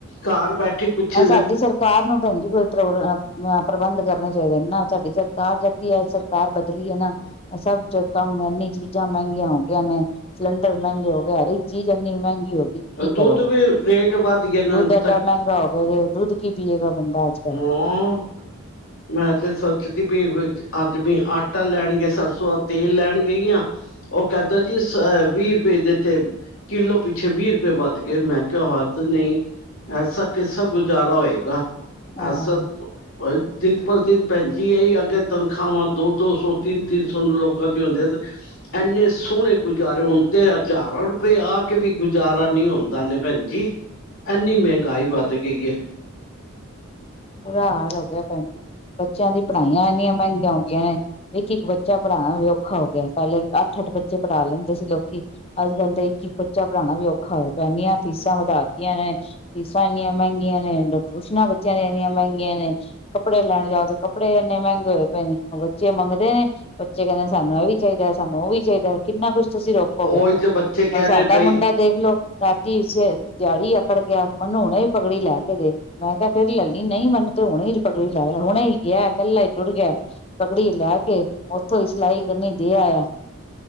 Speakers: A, on the left; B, on the left.
A: ਘਰ ਬੈਠੇ ਕੁਛ
B: ਇਹ ਸਾਡੀ ਤਰਫ ਸਰਕਾਰ ਨੂੰ ਭੈਣ ਜੀ ਕੋਈ ਪ੍ਰਬੰਧ ਕਰਨੇ ਚਾਹੀਦੇ ਨਾ ਸਾਡੀ ਸਰਕਾਰ ਜਦਦੀ ਆ ਸਰਕਾਰ ਬਦਲੀਏ ਨਾ ਸਭ ਕੰਮ ਇਨੀ ਚੀਜ਼ਾਂ ਮਹਿੰਗੀਆਂ ਹੋ ਗਈਆਂ ਨੇ ਸਲੰਡਰ ਮਹਿੰਗੇ ਹੋ ਗਏ, ਹਰੇਕ ਚੀਜ਼ ਇੰਨੀ ਮਹਿੰਗੀ ਹੋ ਗਈ। ਕੀ
A: ਦੁੱਧ
B: ਕਰੋਗੇ?
A: ਵੀ ਰੇਟ ਵੱਧ ਗਏ ਨੇ
B: ਦੁੱਧ ਐਡਾ
A: ਤੱਕ
B: ਮਹਿੰਗਾ ਹੋ ਗਿਆ ਜੇ, ਦੁੱਧ ਕੀ ਪੀਏਗਾ ਬੰਦਾ ਅੱਜ-ਕਲ।
A: ਹੂੰ, ਮੈਂ ਤੇ, ਸੱਚਦੀ ਪਈ ਆਜ ਮੇਂ ਆਟਾ ਲੈਣਗੇ, ਸਰਸੋਂ ਦਾ ਤੇਲ ਲੈਣ ਗਈਆਂ ਉਹ ਕਹਿਤਾ ਜੀ, ਸ ਅ ਵੀਹ ਰੁਪਏ ਦਿੱਤੇ, ਕਿੱਲੋ ਪਿੱਛੇ ਵੀਹ ਰੁਪਏ ਵੱਧ ਗਏ ਮੈਂ ਕਿਹਾ ਹਦ ਨਹੀਂ ਐਸਾ ਕਿਸਾ ਗੁਜ਼ਾਰਾ ਹੋਏਗਾ
B: ਹਾਂ-ਹਾਂ।
A: ਅਸਤ ਦਿਨ ਪਰ ਦਿਨ ਪੰਜੀਆਂ ਹੀ ਅੱਗੇ ਤਨਖਾਹਵਾਂ ਦੋ- ਦੋ ਸੌ ਤਿੰਨ- ਤਿੰਨ ਸੌ ਲੋਗਾ ਦੀਆਂ ਹੁੰਦੀਆਂ ਸਨ ਇੰਨੇ ਸੋਹਣੇ ਗੁਜ਼ਾਰੇ ਹੁਣ ਤੇ ਹਜ਼ਾਰਾਂ ਰੁਪਏ ਆ ਕੇ ਵੀ ਗੁਜ਼ਾਰਾ ਨ ਹੁੰਦਾ ਨੇ ਭੈਣ ਜਜੀ ਐੰਨੀ ਮਹਿੰਗਾਈ ਵੱਧ ਗਈ ਹੈ
B: ਬੁਰਾ ਹਾਲ ਹੋ ਗਿਆ ਭੈਣ ਬੱਚਿਆਂ ਦੀ ਪੜ੍ਹਾਈਆਂ ਇੰਨੀਆਂ ਮਹਿੰਗੀਆਂਆਂ ਨੇ ਇੱਕ ਇੱਕ ਬੱਚਾ ਪੜ੍ਹਾਉਣਾ ਵੀ ਔਖਾ ਹੋ ਗਿਆ ਪਹਿਲੇ ਅੱਠ ਅੱਠ ਬੱਚੇ ਪੜ੍ਹਾ ਲੈਂਦੇ ਸੀ ਲੋਕੀ ਅੱਜ ਕੱਲ੍ਹ ਦਾ ਇੱਕ ਇੱਕ ਬੱਚਾ ਪੜ੍ਹਾਣਾ ਵੀ ਔਖਾ ਹੋਇਆ ਪੈਦੀੀਆਂ ਫੀਸਾਂ ਵਧਾ ਕੇਆਂ ਨੇ ਫੀਸਾਂ ਇੰਨੀਆਂ ਮਹਿੰਗੀਆਂ ਨੇ ਟਿਊਸ਼ਨਾਂ ਬੱਚਿਆਂਣੀਆਂ ਮਹਿੰਗੇੀਆਂ ਨੇ ਕੱਪੜੇ ਲੈਣ ਜਾਓ ਤੇ ਕੱਪੜੇ ਇੰਨੇ ਮਹਿੰਗੇ ਹੋਏ ਪਏ ਨੇ ਬੱਚੇ ਮੰਗਦੇ ਨੇ ਬੱਚੇ ਕਹਿੰਦੇ ਨੇ ਸਾਨੂੰ ਇਹ ਵੀ ਚਾਹੀਦਾ ਸਾਨੂੰ ਉਹ ਵੀ ਚਾਹੀਦਾ ਹੈ ਕਿੰਨਾ ਕੁਛ ਤੁਸੀ ਰੋਕੋਗੇ,
A: ਉਹੀ ਤੇ ਬੱਚੇ ਕਹਿ
B: ਹੁਣ ਸਾਡਾ
A: ਰਹੇ ਬਈ
B: ਮੁੰਡਾ ਦੇਖਲੋ ਰਾਤੀੇ ਦਿਹਾੜੀ ਅਕੜ ਗਿਆ, ਮਨੂੰ ਹੁਣੇ ਹੀ ਪਗੜੀ ਲੈਕੇ ਦੇ, ਮੈਂ ਕਿਹਾ ਫਿਰ ਲੈਲੀ। ਨਹੀਂ ਮੰਨੂੰ ਤੇ ਹੁਣੇ ਪਗੜੀ ਲੈਯਾ, ਹੁਣੇ ਹੀ ਗਿਆ, ਕੱਲਾ ਈ ਟੁਰ ਗਿਆ। ਪਗੜੀ ਲੈਕੇ, ਉੱਥੋਂ ਹੀ ਸਿਲਾਈ ਕਰਨੀ ਦੇ ਆਇਆ।